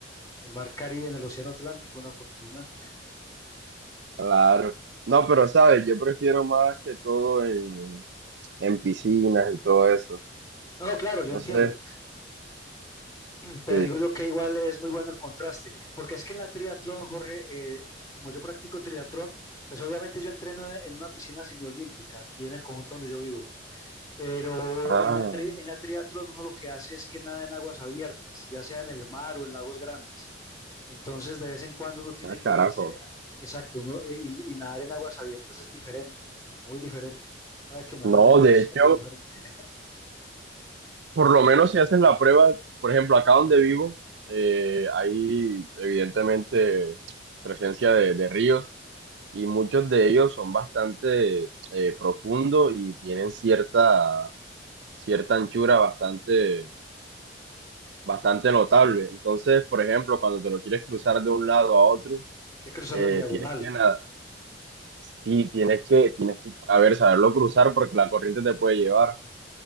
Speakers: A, on the left; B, on the right.
A: en el mar Caribe, en el Océano Atlántico, una fortuna.
B: claro. No, pero sabes, yo prefiero más que todo en, en piscinas y todo eso.
A: No, no, claro, yo entiendo,
B: No sé,
A: <clears throat> pero
B: sí.
A: digo yo que igual es muy bueno el contraste, porque es que en la triatlón, Jorge, eh, como yo practico triatlón, pues obviamente yo entreno en en una piscina semiolímpica, aquí en el conjunto donde yo vivo. Pero
B: Ah,
A: en la, tri- en la triatlón uno lo que hace es que nada en aguas abiertas, ya sea en el mar o en lagos grandes. Entonces de vez en cuando uno tiene
B: ah,
A: que
B: carajo.
A: irse, exacto, uno- eh, y, y nadar en aguas abiertas es diferente, muy diferente. Sabe que nadar
B: No,
A: en el
B: de
A: océano
B: hecho.
A: es diferente. <laughs>
B: Por lo menos si haces la prueba, por ejemplo, acá donde vivo, eh, hay evidentemente presencia de, de ríos y muchos de ellos son bastante eh, profundos y tienen cierta, cierta anchura bastante, bastante notable. Entonces, por ejemplo, cuando te lo quieres cruzar de un lado a otro,
A: Hay que cruzarlo
B: eh,
A: en diagonal,
B: tienes que nadar. Sí, tienes que, tienes que, a ver, saberlo cruzar porque la corriente te puede llevar.